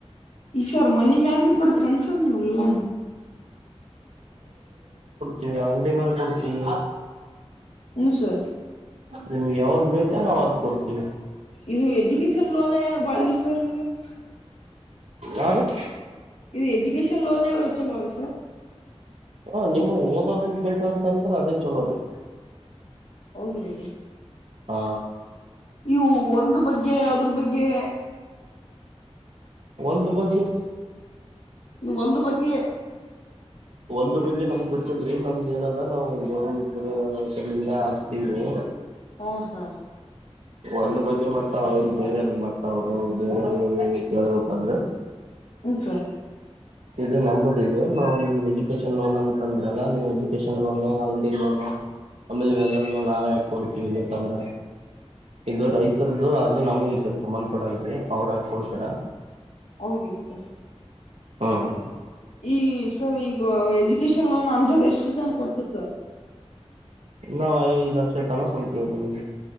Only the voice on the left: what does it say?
ಈಶ್ವರ್ ಮನ ಮ್ಯಾಗನ ಕೊಡ್ತರಿ ಅನ್ಸರ್ ನೀವು ಲೋನ್
ಹ್ಞೂ ಸರ್
ಇದು ಎಜುಕೇಷನ್ ಲೋನ್ ಬಾರ ವಿಚಾರ ಗೆ <inaudible>
ಇದು ಎಜುಕೇಶನ್ ಲೋನ ಚಲೋ ಅನ್ಸಲ್ವಾ
ಹೌದಿರಿ
ನೀವು ಒಲ್ದ ಬಗ್ಗೆ ಅದ್ರ ಬಗ್ಗೆ
ಈ ಒಂದು ಬಗ್ಗೆ
ಹ್ಞೂ ಸರ್
ಹ್ಮ ಸರ್
ಅವ ಗೋಸ್ಕರ
ಈ, ಸರ್ ಈಗ ಎಜು. <inaudible> ಕಿಸಾನ್ಲೋಯನ್, ನಾಮ್, ಎಷ್ಟತಾನ ಕೊಡ್ತೀವಿ ಸರ್? <unintelligible>